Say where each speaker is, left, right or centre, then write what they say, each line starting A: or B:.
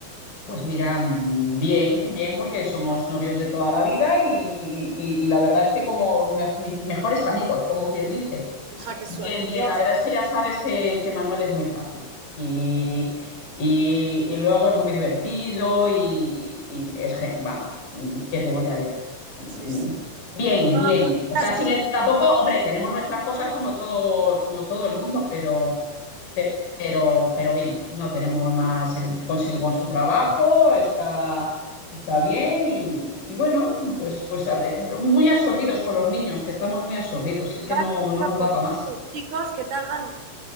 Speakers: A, on the left (about 60°); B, on the right (about 75°).
A: Pues mira, bien, bien, porque somos novios de toda la vida y, y- y la verdad es que como me- mis mejores amigos, como quien dice.
B: Hija, qué
A: Bien,
B: suerte.
A: bien,
B: Yo,
A: la verdad es que ya sabes que, que Manuel es muy fácil y, y- y luego es muy divertido y, y es, gen- vamos, mm, ¿qué te voy a decir? Mm,
B: sí, sí.
A: Bien,
B: Bueno,
A: bien, o
B: las-
A: sea, sin, tampoco, hombre, tenemos nuestras cosas como todo, como todo el mundo, pero, pe- pero, pero bien, no tenemos más, él consigue con su trabajo, está, está bien y, y bueno, pues, pues a- muy absorbidos con los niños, que estamos muy absorbidos, es que
B: las-
A: no, no
B: las-
A: nos
B: los
A: da para más.
B: chicos, ¿qué tal van?